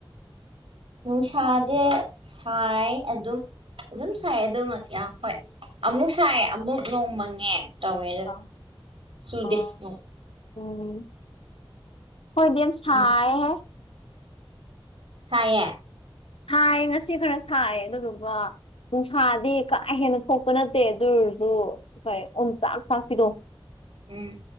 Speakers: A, on the right; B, on the left.
A: ꯅꯨꯡꯁꯥꯖꯦ ꯁꯥꯏ ꯑꯗꯨꯝ ꯑꯗꯨꯝ ꯁꯥꯏ ꯑꯗꯨꯝ ꯌꯥꯝ ꯍꯣꯏ ꯑꯃꯨꯛ ꯁꯥꯏ ꯑꯃꯨꯛ ꯅꯣꯡ ꯃꯪꯉꯦ ꯇꯧꯋꯦ ꯑꯗꯣ
B: <unintelligible>
A: ꯆꯨꯗꯦ
B: ꯑꯣ
A: ꯅꯣꯡ
B: ꯎꯝ ꯈꯣꯏꯗꯤ ꯌꯥꯝ ꯁꯥꯏ
A: ꯎꯝ
B: ꯍꯦ
A: ꯁꯥꯏꯌꯦ
B: ꯁꯥꯏ ꯉꯁꯤ ꯈꯔ ꯁꯥꯏ ꯑꯗꯨꯗꯨꯒ ꯅꯨꯡ ꯁꯥꯗꯤ ꯀꯥ ꯍꯦꯟꯅ ꯊꯣꯛꯄ ꯅꯠꯇꯦ ꯑꯗꯨ ꯑꯣꯏꯔꯖꯨ ꯍꯣꯏ ꯎꯣꯝꯆꯥꯛ ꯆꯥꯛꯄꯤꯗꯣ
A: ꯎꯝ